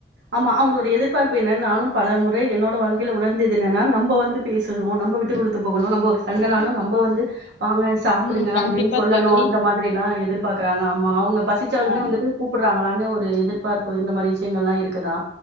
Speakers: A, on the right; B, on the left.
A: ஆமா அவங்களோட எதிர்பார்ப்பு என்ன நானும் பல முறை என்னோட வாழ்கையில உணர்ந்தது என்ன்னா நம்ம வந்து பேசணும் நம்ம விட்டு கொடுத்து போகணும் நம்ம சண்டனாலும் நம்ம வந்து வாங்க சாப்பிடுங்க
B: ம் கண்டிப்பா
A: அப்படின்னு சொல்லணும்
B: தோழி
A: இந்த மாதிரி எல்லாம் எதிர்பார் இருக்குறாங்க அவங்க பசிச்சாலுமே
B: ஆ
A: வந்துட்டு கூப்பிடுறாங்களான்னு ஒரு எதிர்ப்பு பார்ப்பு இந்த மாரி விஷயங்கள்லாம் இருக்கு இருக்குதா